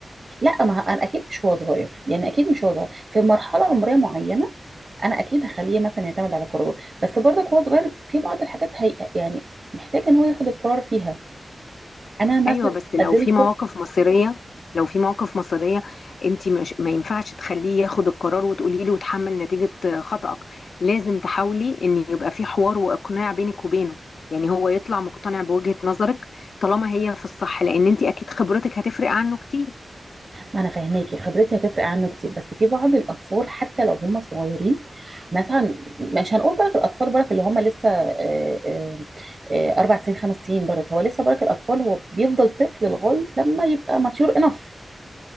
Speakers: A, on the right; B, on the left.
A: لا ما انا اكيد مش هو صغير يعني اكيد مش هو صغير في مرحله عمريه معينه انا اكيد هخليه مثلا يعتمد على قراره بس برضك هو صغير في بعض الحاجات هي يعني محتاج ان هو ياخد القرار فيها انا
B: ايوه
A: مثلا
B: بس لو
A: اديله
B: في مواقف مصيريه لو في مواقف مصيريه انت مش ما ينفعش تخليه ياخد القرار وتقولي له وتحمل نتيجه خطأك لازم تحاولي ان يبقى في حوار واقناع بينك وبينه يعني هو يطلع مقتنع بوجهة نظرك طالما هي في الصح لان انت اكيد خبرتك هتفرق عنه كتير
A: انا فاهماكي خبرتي هتفرق عنه كتير بس في بعض الاطفال حتى لو هم صغيرين مثلا مش هنقول برك الاطفال برك اللي هم لسه آه، آه، آه، اربع سنين خمس سنين برك هو لسه برك الاطفال هو بيفضل طفل لغايه لما يبقى ماتيور انف